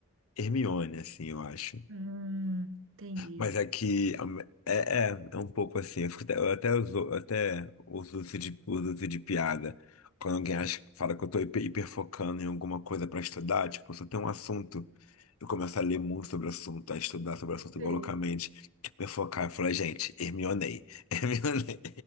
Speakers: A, on the left; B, on the right.
A: Hermione, assim, eu acho.
B: Hum, entendi.
A: Mas aqui am- é, é, é um pouco assim, eu, fico até- eu até uso, eu até uso isso de, uso isso de piada. Quando alguém acha, fala que eu tô hiper, hiperfocando em alguma coisa pra estudar, tipo, se eu tenho um assunto, eu começo a ler muito sobre o assunto, a estudar sobre o assunto
B: Sei.
A: igual loucamente, hiperfocar, eu falo, gente, Hermionei, <laughs> Hermionei,